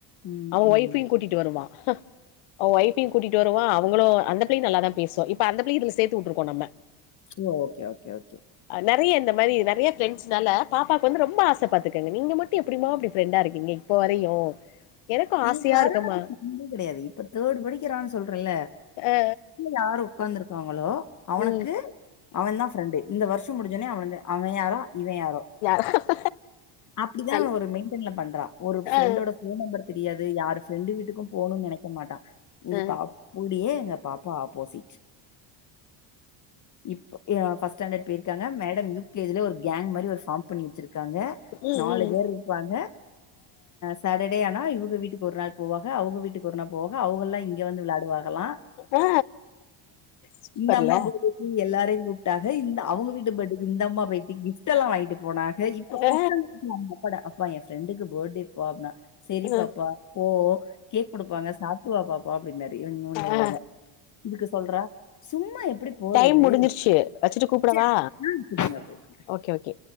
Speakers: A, on the left (about 40°); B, on the left (about 75°).
A: ம்
B: அவ
A: ம்
B: ஒய்ஃபையு கூட்டிட்டு வருவா அவன் வைஃபையு கூட்டிட்டு வருவா அவங்களு அந்த பிள்ளையும் நல்ல தா பேசோ இப்ப அந்த பிள்ளையு இதுல சேத்து விட்டுருக்கோ நம்ம
A: ஓ ஓகே ஓகே ஓகே
B: நெறைய இந்த மாரி நெறைய ஃப்ரெண்ட்ஸ்னால பாப்பாக்கு வந்து ரொம்ப ஆச நீங்க மட்டு எப்புடிமா அப்படி ஃப்ரெண்டா இருக்கீங்க இப்போ வரையு எனக்கு
A: எங்
B: ஆசையா
A: கரணுக்கு
B: இருக்குமா
A: தம்பி கெடையாது இப்ப தேர்டு படிக்கிறான் சொல்றல்ல
B: ஆ
A: யாரு உக்காந்துருக்காங்களோ அவனுக்கு
B: ம்
A: அவ தா ஃப்ரெண்டு இந்த வர்ஷோ முடிஞ்சோனே அவ்ளதா அவ யாரோ இவ யாரோ
B: யா
A: அப்டிதா
B: நல்ல
A: ஒரு மெயின்டென்ல பண்ற ஒருஃப்ரெண்டோட
B: ஆ
A: போன் நம்பர் தெரியாது யார்ரு ஃப்ரெண்டு வீட்டுக்கு போணுன் நெனைக்க மாட்டா இதுக்கு
B: ஆ
A: அப்புடியே எங்க பாப்பா ஆப்போசிட் இப்ப எ பஸ்ட் ஸாண்டர்ட் போயிருக்காங்க மேடம் யூ கே ஜ்ஜில ஒரு கேங் மாரி ஒரு ஃபார்ம் பண்ணி வெச்சிருக்காங்க
B: ம்
A: நாலு
B: ம்
A: பேர் குவாங்க சேட்டர்டே ஆனா இவுங்க வீட்டுக்கு ஒரு நாள் போவாங்க அவுங்க வீட்டுக்கு ஒரு நா போக அவ்ங்கல்லா இங்க வந்து விளாடுவாகலா
B: ஆ சூப்பர்ல
A: இந்த அம்மா <unintelligible> நீ எல்லாரையு கூப்பிட்டாக இந்த அவுங்க வீட்டு பர்டே இந்த அம்மா போயிட்டு கிஃப்டெல்லா வாங்கிட்டு போனா ஹ இப்பக்கட
B: ஆ
A: <inaudible> அப்பா என் ஃரெண்டுக்கு பர்த்டேப்பா அப்டினா செரிப்பா
B: ஆ
A: பா போ கேக் குடுப்பாங்க சாப்ட்டுவா பாப்பா அப்டின்னாரு இவங் இவங்
B: ஆ
A: வேற இதுக்கு சொல்ற சும்மா எப்டி போறது
B: டைம் முடிஞ்சிருச்சு வச்சுட்டு கூப்படவா
A: சேரக ம் குடுங்க போட்டுகற
B: ஓகே ஓகே